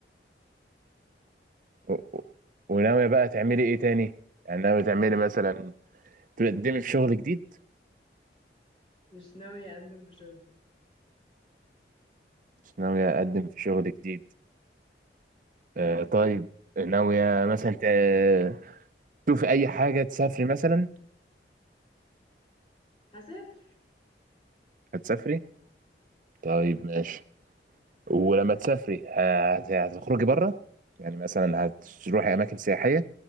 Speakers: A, on the right; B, on the left.
A: و- و- وناوية بقى تعملي ايه تاني يعني ناوية تعملي مثلا تقدمي في شغل جديد
B: مش ناوية اقدم في شغلي
A: مش ناوية اقدم في شغل جديد آه طيب ناوية مثلا ت- تشوفي اي حاجة تسافري مثلا
B: هسافر
A: هتسافري طيب ماشي ولما تسافري ه- هت- هتخرجي بره يعني مثلا هتروحي اماكن سياحية